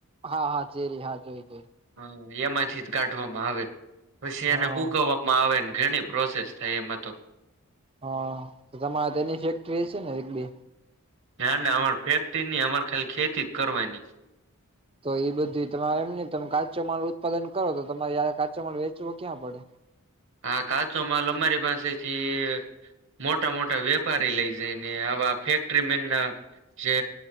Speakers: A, on the right; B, on the right.
A: હા હા ચેરી હા જોય જોય
B: હ એમાંથી જ કાઢવામાં આવે પછી
A: હા
B: એને હૂકવવા માં આવે ને ઘણી પ્રોસેસ થાય એમાંતો
A: હા તમારે તેની ફેક્ટરી હશે ને એક બે
B: ના ના અમાર ફેક્ટરીની અમારે ખાલી ખેતી જ કરવાની.
A: તો એ બધી તમે એમની તમે કાચો માલ ઉત્પાદન કરો તો તમારે યારે કાચો માલ વેચવો ક્યાં પડે
B: હા કાચો માલ અમારે પાસેથી મોટા મોટા વેપારી લઈ જાય ને આવા ફેક્ટરી મેન જે